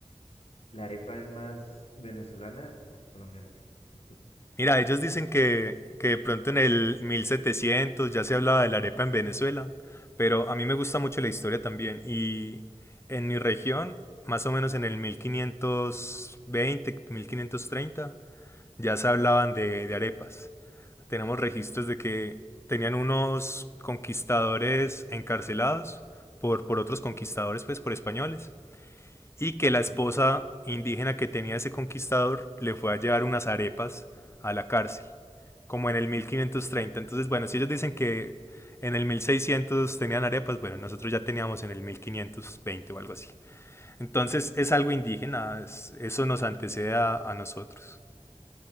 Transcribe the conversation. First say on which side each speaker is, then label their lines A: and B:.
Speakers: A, on the left; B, on the left.
A: ¿la arepa es más venezolana o colombiana? <laughs>
B: Mira, ellos dicen que, que de pronto en el 1700 ya se hablaba de la arepa en Venezuela, pero a mí me gusta mucho la historia también. Y en mi región, más o menos en el mil mil quinientos veinte mil quinientos treinta ya se hablaban de, de arepas. tenemos registros de que tenían unos conquistadores encarcelados por, por otros conquistadores, pues por españoles, y que la esposa
A: Sí,
B: indígena que tenía ese conquistador le fue a llevar unas arepas a la cárcel, como en el 1530. Entonces, bueno, si ellos dicen que en el 1600 tenían arepas, bueno, nosotros ya teníamos en el 1520 o algo así. Entonces es algo indígena,
A: ok.
B: es- eso nos antecede a, a nosotros.